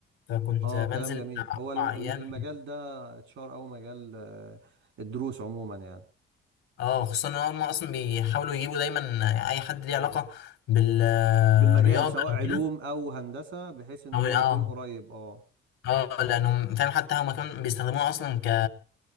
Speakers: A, on the left; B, on the right.
A: فكنت
B: اه
A: بنزل
B: كلام جميل
A: بتاع أربع
B: هو الم- الم-
A: أيام
B: المجال ده اتشهر او مجال اه الدروس عموما يعني
A: اه خصوصا ان هم اصلا بيحاولوا يجيبوا دايما اي حد ليه علاقه بالرياضه
B: بالمجال سواء
A: او
B: علوم
A: كده
B: او هندسة بحيث ان
A: او
B: هو
A: اه
B: يكون قريب اه
A: اه لانهم فاهم حتى هم كمان بيستخدموها اصلا ك